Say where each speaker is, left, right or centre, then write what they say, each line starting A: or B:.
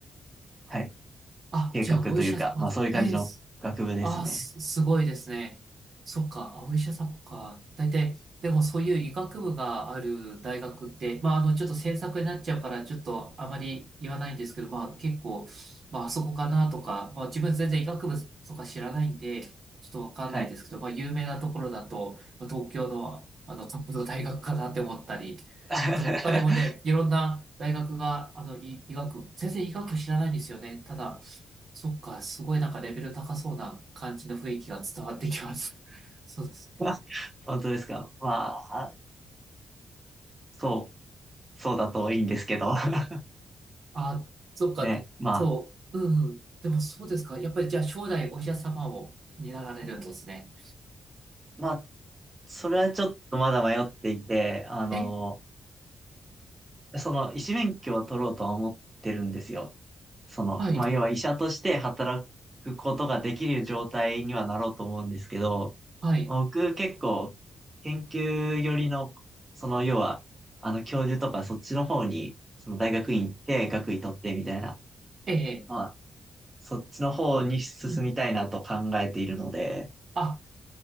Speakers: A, on the right; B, on the right.
A: はい、
B: あ、
A: 計画というか、
B: じゃあお医者様だ。
A: まあそういう感じの学部ですね。
B: ええ、すああ、す、すごいですね。そっか、あ、お医者様か。大体、でもそういう医学部がある大学って、まあ、あの、ちょっと制作になっちゃうから、ちょっとあまり言わないんですけど、まあ、結構、まあ、あそこかなとか、まあ、自分全然医学部とか知らないんで、ちょっとわかんないですけど、
A: はい。
B: まあ、有名なところだと、まあ東京の、あの、トップの大学かなって思ったり、
A: <laughs>
B: あと、他にもね、いろんな大学が、あの、医、医学部、全然医学部知らないんですよね。ただ、そっか、すごいなんかレベル高そうな感じの雰囲気が伝わってきます。<laughs> そうですね。
A: まあ本当ですか。まあ、そう、そうだといいんですけど。<laughs>
B: あ、そっか、
A: ね、
B: でそう、
A: まあ、
B: うんうん。でもそうですか。やっぱりじゃあ将来お医者様を担られるんですね。
A: まあ、それはちょっとまだ迷っていて、あの、
B: え、
A: その、医師免許は取ろうとは思ってるんですよ。その、
B: はい、
A: まあ、要は医者として働くことができる状態にはなろうと思うんですけど、
B: はい、
A: 僕結構研究寄りの、その要は、あの教授とかそっちの方に、その大学院行って学位取ってみたいな、
B: ええ、
A: まあ、そっちの方に進みたいなと考えているので、
B: うんあ、